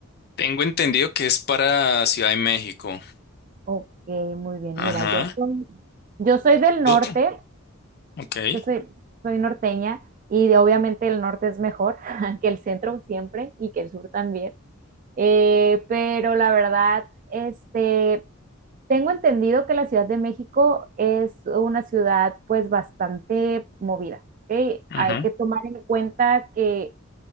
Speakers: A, on the left; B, on the right.
A: Tengo entendido que es para Ciudad de México.
B: Ok, muy bien.
A: Ajá.
B: Mira, yo soy, yo soy del norte,
A: Oh, ok.
B: yo soy, soy norteña y de- obviamente el norte es mejor <laughs> que el centro siempre y que el sur también. Eh, pero la verdad, este, tengo entendido que la Ciudad de México es una ciudad pues bastante movida, ¿ok?
A: Ujú.
B: Hay que tomar en cuenta que